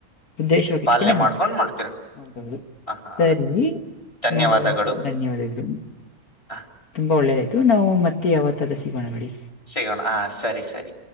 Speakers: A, on the left; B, on the left.
A: ಉದ್ದೇಶವಾಗಿ
B: ಪಾಲನೆ
A: ಇಟ್ಟಕೊಂಡೆ ಮಾಡ್ಬೇಕು
B: ಮಾಡ್ಕೊಂಡ್ ಮಾಡ್ತೀರ
A: ಹೌದೌದು
B: ಹ ಹಾ
A: ಸರಿ
B: ಧನ್ಯವಾದಗಳು
A: ನಾವು ಧನ್ಯವಾದಗಳು
B: ಆ,
A: ತುಂಬಾ ಒಳ್ಳೇದಾಯ್ತು ನಾವು ಮತ್ತೆ ಯಾವತ್ತಾದ ಸಿಗೋಣ ಬಿೇಡಿ
B: ಸಿಗೋಣ ಹಾಂ ಸರಿ ಸರಿ